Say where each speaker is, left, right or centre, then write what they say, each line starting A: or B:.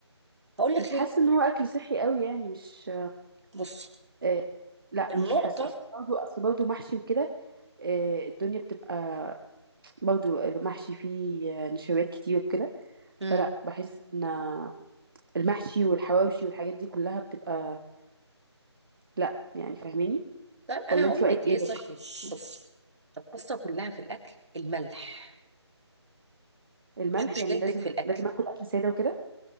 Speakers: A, on the right; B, on the right.
A: هقول لك
B: مش حاسه
A: ليه
B: ان هو اكل صحي قوي يعني مش
A: بصي
B: آه لا
A: النقطه
B: مش حاسه اصل برضه اصل برضه محشي وكده آه الدنيا بتبقى برضه المحشي فيه آه، نشويات كتير كده
A: امم
B: فلا بحس مم. ان آه، المحشي والحواوشي والحاجات دي كلها بتبقى لا يعني فاهماني
A: طب انا
B: ولا انت
A: هقول
B: رايك
A: لك
B: ايه
A: ليه
B: ده
A: صحي بصي القصه كلها في الاكل الملح
B: الملح
A: مش مشكلتك
B: يعني لازم
A: في الاكل
B: لازم اكل اكل ساده وكده